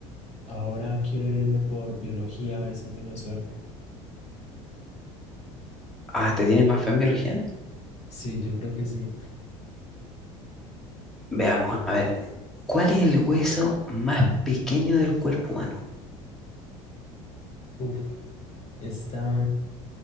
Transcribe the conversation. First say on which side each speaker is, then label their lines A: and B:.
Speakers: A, on the left; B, in the centre.
A: ahora quiero irme por biología, a ver si tengo suerte.
B: Ah, ¿te tienes más fe en biología?
A: Sí, yo creo que sí.
B: Veamos, a ver, ¿cuál es el hueso más pequeño del cuerpo humano?
A: Uf, está.